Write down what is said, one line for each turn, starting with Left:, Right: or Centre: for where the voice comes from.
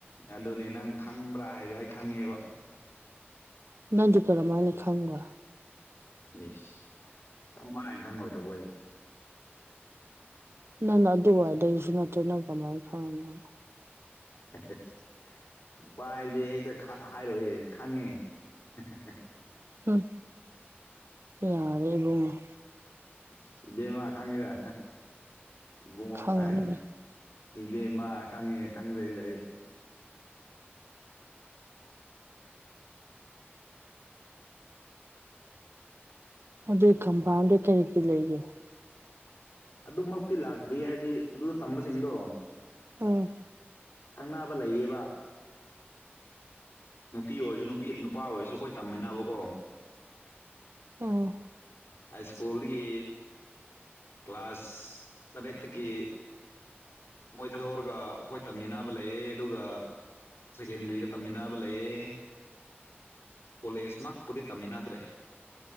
Left: ꯑꯗꯨꯅꯦ ꯅꯪ ꯈꯪꯕ꯭ꯔꯥ ꯍꯥꯏꯗꯨ ꯑꯩ ꯈꯪꯉꯦꯕ
Right: ꯅꯪꯗꯤ ꯀꯔꯝ ꯃꯥꯥꯏꯅ ꯈꯪꯕ
Left: ꯏꯁ ꯀꯃꯥꯏꯅ ꯈꯪꯂꯣꯏꯗꯧꯕ ꯑꯩꯕꯣ
Right: ꯅꯪ ꯅ ꯑꯗꯨꯋꯥꯏꯗꯁꯨ ꯅꯠꯇꯦ ꯅꯪ ꯀꯃꯥꯏꯟ ꯈꯪꯉꯤꯅꯣ
Left: <unintelligible> ꯅꯨꯄꯥ ꯍꯥꯏꯕꯗꯤ ꯍꯦꯛꯇ ꯈꯥ ꯍꯥꯏꯔꯣꯏꯌꯦ ꯈꯪꯉꯦ <unintelligible>
Right: ꯍꯝ ꯌꯥꯔꯦ ꯏꯕꯨꯨꯡꯉꯣ
Left: ꯏꯁ ꯏꯕꯦꯝꯃꯥ ꯈꯪꯉꯤꯗ ꯏꯕꯨꯡꯉꯣꯒ
Right: ꯈꯪꯉꯝꯅꯤ
Left: ꯍꯥꯏꯔꯤ ꯏꯕꯦꯝꯃ ꯈꯪꯉꯦ ꯈꯪꯖꯩꯗ ꯑꯩ
Right: ꯑꯗꯨ ꯀꯝꯄꯥꯎꯟꯗ ꯀꯔꯤꯒꯤ ꯂꯩꯔꯤ
Left: ꯑꯗꯨꯃꯛꯇꯤ ꯂꯥꯛꯇ꯭ꯔꯤ ꯍꯥꯢꯕꯗꯤ ꯑꯗꯨꯗ ꯇꯝꯕꯁꯤꯡꯗꯣ
Right: ꯎꯝ
Left: ꯈꯪꯅꯕ ꯂꯩꯌꯦꯕ ꯅꯨꯄꯤ ꯑꯣꯢꯔꯖꯨ ꯅꯨꯄꯤ ꯅꯨꯄꯥ ꯑꯣꯢꯔꯁꯨ ꯑꯈꯣꯢ ꯇꯝꯃꯤꯟꯅꯕꯀꯣ
Right: ꯎꯝ
Left: ꯍꯥꯢ ꯁ꯭ꯀꯨꯜꯗꯒꯤ ꯀ꯭ꯂꯥꯁ ꯇꯔꯦꯠꯇꯒꯤ ꯃꯣꯢ ꯊꯥꯗꯣꯛꯔꯒ ꯑꯈꯣꯢ ꯇꯝꯃꯤꯟꯅꯕ ꯂꯩꯌꯦ ꯑꯗꯨꯒ ꯁꯦꯀꯦꯟꯗ꯭ꯔꯤꯗ ꯇꯝꯃꯤꯟꯅꯕ ꯂꯩꯌꯦ ꯀꯣꯂꯦꯖ ꯃꯛꯄꯨꯗꯤ ꯇꯝꯃꯤꯟꯅꯗ꯭ꯔꯦ